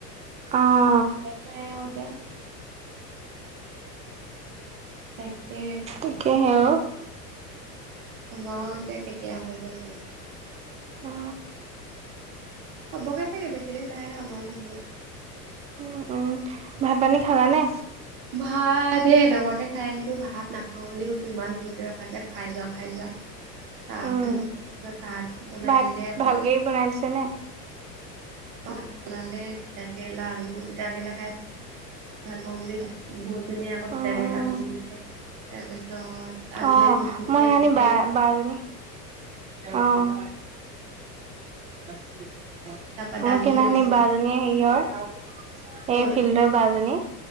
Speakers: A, on the right (about 15°); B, on the right (about 50°).
A: অ।
B: নেখায় অ এতিয়া। তাকে।
A: একে সে ও।
B: ন এতিয়া কেতিয়া হয় গৈ।
A: অ।
B: হ'বগে চাগে বেছি দিন নাই আৰু আমাৰ সময়ত।
A: উ, উম। ভাত পানী খালানে?
B: ভাত, হেই ঘৰতে খাই আহিলো, ভাত নাখাও বুলি কৈছো। ইমান যোৰকে ৰখাইছে খাই যোৱা, খাই যা। চাহ
A: উম
B: খালো, তাৰ পিছত ভাত বনাই
A: ভাত
B: দিলে আকৌ।
A: ভালকে বনাই দিছে নে?
B: ভাত বনালে, তিতাকেৰেলা, আলু। তিতাকেৰেলা খাই ভাল পাওঁ বুলি যে বহুত। টুনি আকৌ
A: উম
B: তিতাকেৰেলা
A: উম
B: ভাজি দিছে, তাৰপিছত। আলুৱে
A: অ'।
B: গুনগুটিয়াই
A: মই সেহনি
B: বুটে
A: বা বাৰজনী, অ'। <unintelligible>
B: তাৰপা দালি
A: মোক সেইনাখনি
B: ঔটেঙা
A: বাজনী হেৰিয়ৰ,
B: ক'ৰ
A: এই ফিল্ডৰ বাজনী।